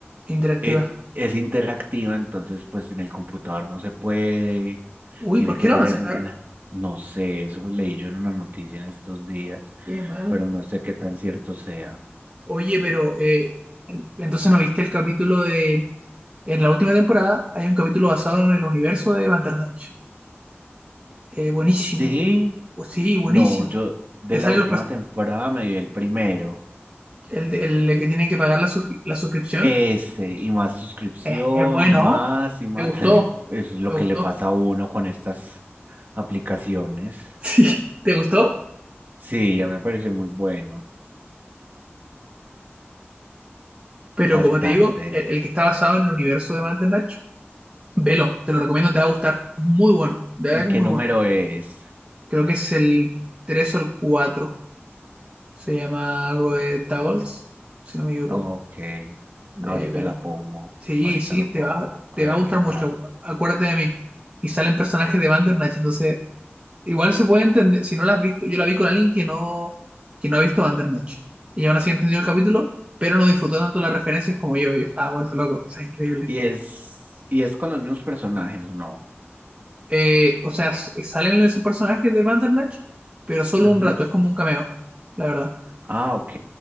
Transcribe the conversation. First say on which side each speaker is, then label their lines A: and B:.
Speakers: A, on the right (about 30°); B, on the right (about 45°).
A: Interactiva.
B: e- es, interactiva, entonces pues en el computador no se puede,
A: Uy,
B: tiene
A: ¿por qué
B: que ser
A: la van a sacar?
B: en, en- no sé, eso leí yo en una noticia en estos días,
A: Qué mal.
B: pero no sé qué tan cierto sea.
A: Oye, pero eh, en- entonces no viste el capítulo de En la última temporada hay un capítulo basado en el universo de Bandersnatch. Eh, buenísimo.
B: Sí,
A: Pues sí, buenísimo.
B: No, yo de
A: Te sale
B: la última
A: los pers-
B: temporada me vi el primero.
A: el, el que tiene que pagar la, suscri- la suscripción.
B: Ese, y más suscripción,
A: Eh, es bueno.
B: y más, y más.
A: Me gustó,
B: <laughs> Eso es lo
A: me
B: que
A: gustó.
B: le pasa
A: <laughs>
B: a uno con estas aplicaciones.
A: Sí, te gustó.
B: Sí, a mí me pareció muy bueno,
A: Pero
B: bastante.
A: como te digo, el, el que está basado en el universo de Bandersnatch, velo, te lo recomiendo, te va a gustar. Es muy bueno, de verdad
B: ¿Y
A: que
B: qué
A: es muy
B: número
A: bueno.
B: es?
A: Creo que es el 3 o el 4. Se llama algo de Tables, si no me equivoco.
B: Ok,
A: De
B: ahorita
A: velo.
B: la pongo,
A: Sí,
B: ahorita
A: sí,
B: lo
A: te
B: pongo,
A: va,
B: a
A: te
B: ver
A: va a gustar
B: qué tal.
A: mucho, acuérdate de mí. Y salen personajes de Bandersnatch, entonces igual se puede entender, si no la has visto, yo la vi con alguien que no, que no ha visto Bandersnatch. Y aún así entendió el capítulo, pero no disfrutó tanto las referencias como yo, yo estaba vuelto loco, o sea, increíble.
B: Y es, y es con los mismos personajes, ¿o ¿no?
A: Eh, o sea, s- salen esos personajes de Bandersnatch, pero solo
B: Ujú.
A: un rato, es como un cameo, la verdad.
B: Ah, ok,